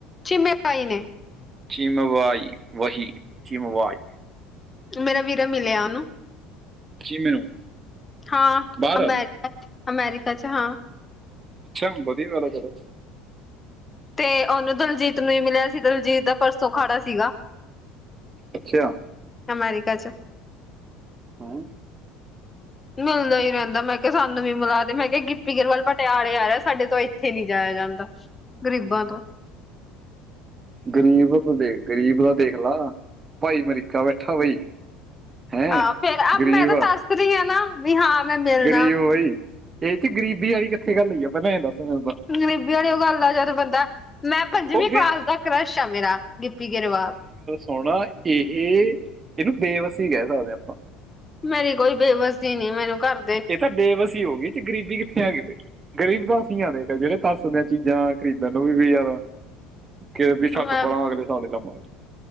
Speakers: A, on the left; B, on the right.
A: ਚੀਮੇ ਬਾਈ ਨੇ
B: ਚੀਮੇ ਬਾਈ ਵਹੀਂ ਚੀਮੇ ਬਾਈ
A: ਮੇਰਾ ਵੀਰਾ ਮਿਲਿਆ ਉਹਨੂੰ
B: ਚੀਮੇ ਨੂੰ
A: ਹਾਂ
B: ਬਾਹਰ
A: ਅਮੈਰ ਅਮੈਰਿਕਾ ਚ ਹਾਂ।
B: ਅੱਛਾ ਵਧੀਆ ਗੱਲ ਆ ਫਿਰ।
A: ਤੇ ਉਹਨੂੰ ਦਿਲਜੀਤ ਨੂੰ ਵੀ ਮਿਲਿਆ ਸੀ। ਦਲਜੀਤ ਦਾ ਪਰਸੋਂ ਅਖਾੜਾ ਸੀਗਾ।
B: ਅੱਛਾ।
A: ਅਮੈਰੀਕਾ ਚ।
B: ਹੂੰ
A: ਮਿਲਦਾ ਹੀ ਰਹਿੰਦਾ ਮੈਂ ਕਿਹਾ ਸਾਨੂੰ ਵੀ ਮਿਲਾ ਦੇ ਮੈਂ ਕਿਹਾ ਹੀ ਰਹਿੰਦਾ, ਮੈਂ ਕਿਹਾ ਸਾਨੂੰ ਵੀ ਮਿਲਾ ਦੇ ਮੈਂ ਕਿਹਾ ਗਿੱਪੀ ਗਰੇਵਾਲ ਪਟਿਆਲੇ ਆ ਰਿਹਾ ਸਾਡੇ ਤੋਂ ਇੱਥੇ ਨੀ ਜਾਇਆ ਜਾਂਦਾ। ਗ਼ਰੀਬਾਂ ਤੋਂ।
B: ਗਰੀਬ ਤੂੰ ਦੇਖ ਲਾ ਗਰੀਬ ਦਾ ਦੇਖ ਲਾ, ਭਾਈ ਅਮਰੀਕਾ ਬੈਠਾ ਬਈ ਹੈ
A: ਆਹੋ ਫੇਰ ਆ
B: ਗਰੀਬ
A: ਮੈਂ ਤਰਸ ਰਹੀ ਆ ਨਾ ਵੀ ਹਾਂ ਮੈਂ ਮਿਲਣਾ
B: ਗਰੀਬ ਬਾਈ ਇਹਦੇ ਚ ਗਰੀਬੀ ਵਾਲੀ ਕਿੱਥੇ ਗੱਲ ਹੋਈ ਆ ਪਹਿਲਾਂ ਇਹ ਦੱਸ ਮੈਨੂੰ
A: ਗਰੀਬੀ ਆਲੀ ਓ ਗੱਲ ਆ ਜਦ ਬੰਦਾ ਮੈਂ ਪੰਜਵੀਂ
B: ਉਹ
A: ਕਲਾਸ
B: ਬੇ
A: ਦਾ ਕ੍ਰਸ਼ ਆ ਮੇਰਾ ਗਿੱਪੀ ਗਰੇਵਾਲ।
B: ਹੁਣ ਇਹ ਇਹਨੂੰ ਬੇਬਸੀ ਕਹ ਸਕਦੇ ਹਾਂ ਆਪਾਂ।
A: ਮੇਰੀ ਕੋਈ ਬੇਬਸੀ ਨੀ ਮੈਨੂੰ ਘਰ
B: ਇਹ ਤਾਂ ਬੇਬਸੀ ਹੋ ਗਈ ਏਦੇ ਚ ਗਰੀਬੀ ਕਿੱਥੇ ਆ ਗਈ ਬਈ। ਗ਼ਰੀਬ ਤਾਂ ਅਸੀਂ ਆ ਦੇਖ ਜਿਹੜੇ ਤਰਸਦੇ ਆ ਚੀਜ਼ਾਂ ਖਰੀਦਣ ਨੂੰ ਵੀ ਯਾਰ। ਕਿ ਵੀ ਛੱਡ
A: ਮੈਂ
B: ਪਰਾ ਅਗਲੇ ਸਾਲ ਲਵਾਂਗੇ।